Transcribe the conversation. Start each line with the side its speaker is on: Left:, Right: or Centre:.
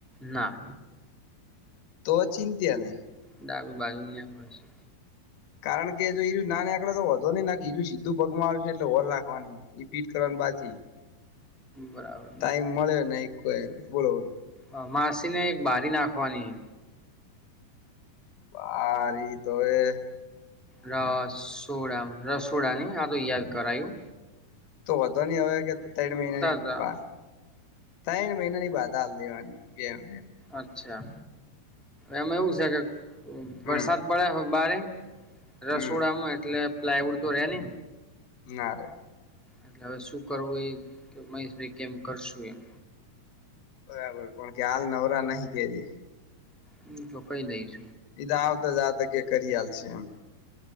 Centre: ના
Left: તો ચિંત્યા નહીં.
Centre: ડાબી બાજુને નેકળે છે.
Left: કારણ કે જો ઈરું ના નેકળે તો વોધો નહી નકા ઈરું સીધું પગમાં આવશે એટલે હોર રાખવાની ઈ ફીટ કરવાનું સાચી
Centre: બરાબર
Left: ટાઈમ મળે નહી કોય બોલો બોલો
Centre: અ માસીને એક બારી નાખવાની.
Left: બારી તો એ
Centre: રસોડામ રસોડાની હાતો યાદ કરાયુ.
Left: તો વધો નહી હવે કે તડ મહિનાની
Centre: હતા
Left: બાર તય મહિના ની બાધા હાલતી એમ
Centre: અચ્છા એમાં એવું છે કે વરસાદ
Left: હમ
Centre: પડે હ બારે
Left: હમ
Centre: રસોડામાં એટલે પ્લાયવુડ તો રેને
Left: નારે
Centre: એટલે હવે શું કરવું એ કે મહેશભાઈ કેમ કરશું એમ
Left: બરાબર પણ કે હાલ નવરા નહી કેહિ
Centre: હ તો કઈ દઈસ
Left: એ આવતા જ આત કે કરિયાલ છે એમ